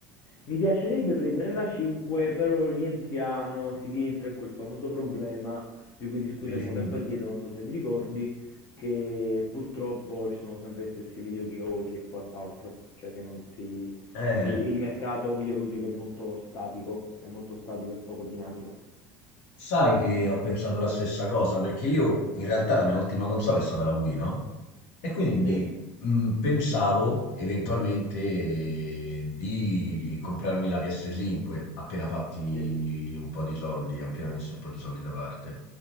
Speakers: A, on the left; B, on the left.
A: Mi piacerebbe prendere la 5, però rientriamo, si rientra in quel famoso problema di cui discutemmo
B: E lì- mm,
A: tempo addietro, non so se ti ricordi, che purtroppo ci sono sempre gli stessi videogiochi e quant'altro, cioè che non si...
B: eh,
A: ne- il mercato videoludico è molto statico, è molto statico e poco dinamico.
B: sai che ho pensato la stessa cosa, perché io in realtà la mia ultima console è stata la Wii, no? E quindi,
A: Sì?
B: mhmm, pensavo eventualmente eh, di comprarmi la PS5 appena fatti
A: Sì,
B: un po' di soldi, appena messi un po' di soldi da parte.